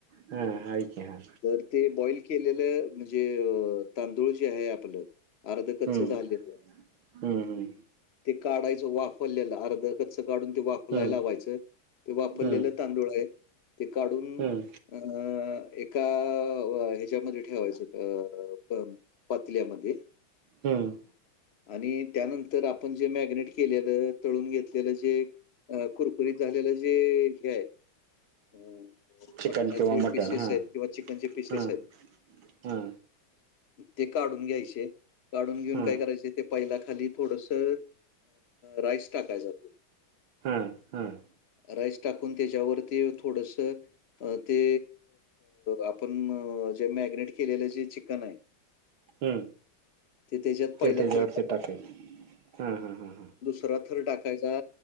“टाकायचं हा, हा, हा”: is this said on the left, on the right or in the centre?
Right